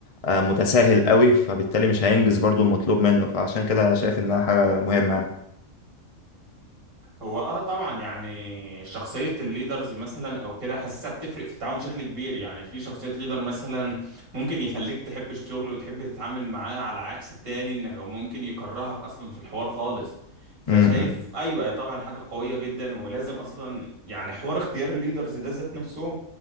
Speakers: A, on the left; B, on the right.
A: آه متساهل قوي فبالتالي مش هينجز برضه المطلوب منه فعشان كده شايف انها حاجه مهمه
B: هو اه طبعا يعني شخصية الليدرز مثلا او كده حاسسها بتفرق في التعاون بشكل كبير يعني في شخصية ليدر مثلا ممكن يخليك تحب الشغل وتحب تتعامل معاه على عكس التاني انه ممكن يكرهك اصلا في الحوار خالص فشايف
A: امم
B: ايوه طبعا حاجة قوية جدا ولازم اصلا يعني حوار اختيار الليدرز ده ذات نفسه